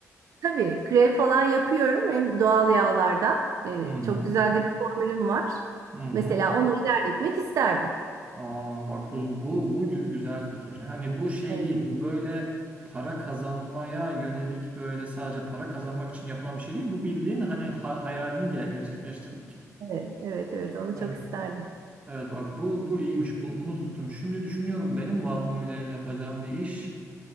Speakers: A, on the right (about 65°); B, on the right (about 20°).
A: Tabii krem falan yapıyorum hem doğal yağlardan. E,
B: Hı hı.
A: çok güzel de bir formülüm var.
B: Hı hı.
A: Mesela onu ilerletmek isterdim.
B: Aa bak bu bu bu gü- güzel fikir. Hani bu şey
A: Evet,
B: değil. Bu böyle para kazanmaya yönelik böyle sadece para kazanmak için yapılan bir şey değil. Bu bildiğin hani ha- hayalini ge- gerçekleştirmek.
A: evet, evet, evet, onu
B: Evet.
A: çok isterdim.
B: Evet bak bu bu iyiymiş. Bu, bunu tuttum. Şimdi düşünüyorum benim var mı öyle yapacağım bir iş?